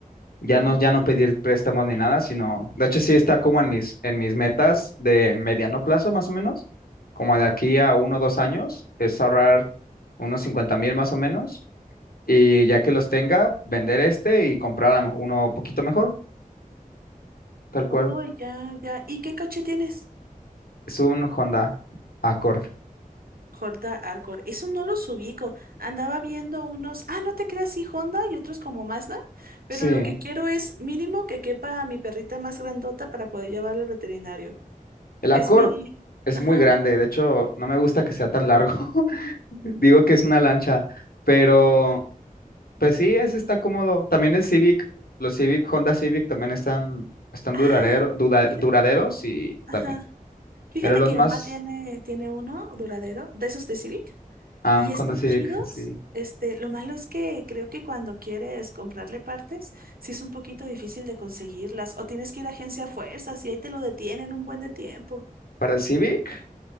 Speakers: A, on the left; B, on the right.
A: Ya
B: Ah,
A: no, ya no pedir préstamos ni nada, sino, de hecho sí está como en mis, en mis metas de mediano plazo más o menos, como de aquí a uno o dos años, es ahorrar unos cincuenta mil más o menos y ya que los tenga, vender este y comprar a lo mejor uno poquito mejor, tal cual.
B: Oh, ya, ya. ¿Y qué coche tienes?
A: Es un Honda Accord.
B: Honda Accord. Eso no los ubico. Andaba viendo unos, ah, no te creas, sí, Honda y otros como Mazda, pero
A: Sí,
B: lo que quiero es mínimo que quepa a mi perrita más grandota para poder llevarla al veterinario.
A: el
B: Es
A: Accord
B: mi,
A: es
B: ajá,
A: muy grande, de hecho no me gusta que sea tan largo. Digo que es una lancha, pero pues sí, ese está cómodo. También el Civic, los Civic, Honda Civic también están, están
B: Ah,
A: duradero, dura-
B: fíjate,
A: duraderos y
B: ajá.
A: también.
B: Fíjate
A: Eran los
B: que
A: más,
B: mi mamá tiene, tiene uno duradero, de esos de Civic,
A: ah,
B: y
A: un
B: están
A: Honda Civic,
B: chidos.
A: sí.
B: Este, lo malo es que creo que cuando quieres comprarle partes, sí es un poquito difícil de conseguirlas, o tienes que ir a agencia a fuerzas y ahí te lo detienen un buen de tiempo.
A: Para el Civic,